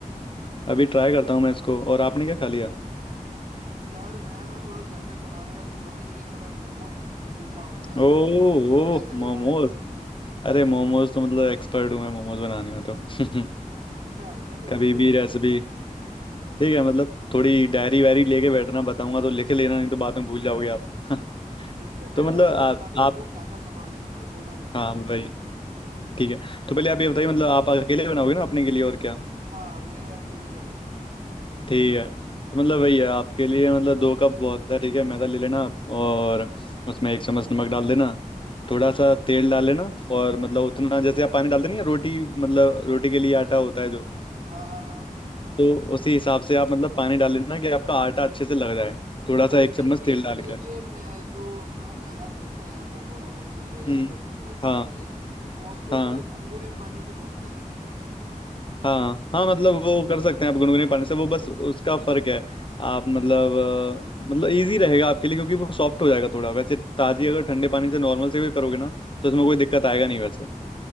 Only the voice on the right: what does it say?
यार मैं ना थोड़ा घर पे बनाने का सोच रहा था ये थोड़े मोमोज सीख रहा हूँ मैं आजकल
पता
है कैसे बनाते
हैं मोमोज
अच्छा कैसे
बनाते
हैं बताना
जरा
ठीक है पहले
आप मेरे
को बता दो कि
मेरे को क्या क्या सामान चाहिए वो मैं लिख
लेता हूँ
पहले
हाँ मेरे अकेले के लिए
हाँ हाँ हाँ
बोलते
हैं कि
ये मैं जो अ, मैदा गूंथते हैं मोमोज वोमोज के लिए या
फिर बर्गर्स
के लिए तो उसको
थोड़ा गुनगुने पानी से गूंथते हैं